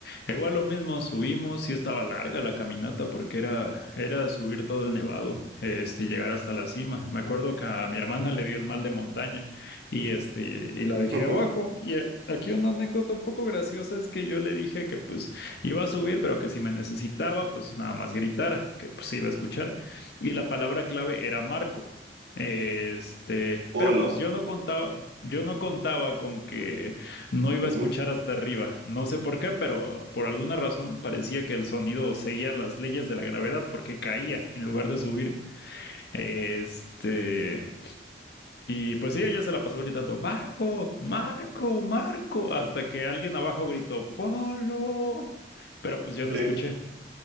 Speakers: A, on the left (about 60°); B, on the right (about 70°).
A: Igual lo mismo, subimos, sí estaba larga la caminata porque era, era subir todo el nevado, este, llegar hasta la cima. Me acuerdo que a mi hermana <laughs> le dio el mal de montaña y este, y la dejé
B: <laughs>
A: abajo. Y eh, aquí una anécdota un poco graciosa es que yo le dije que pues iba a subir, pero que si me necesitaba, pues nada más gritar, que pues se iba a escuchar. Y la palabra clave era Marco. Este,
B: Polo.
A: pero pues yo no contaba, yo no contaba con que no iba
B: Ujú,
A: a escuchar hasta arriba. No sé por qué, pero por alguna razón parecía que el sonido seguía las leyes de la gravedad porque caía en lugar de subir. Este, y pues sí, ella se la pasó gritando, Marco, Marco, Marco, hasta que alguien abajo gritó, Polo. Pero pues yo
B: Sí,
A: no escuché.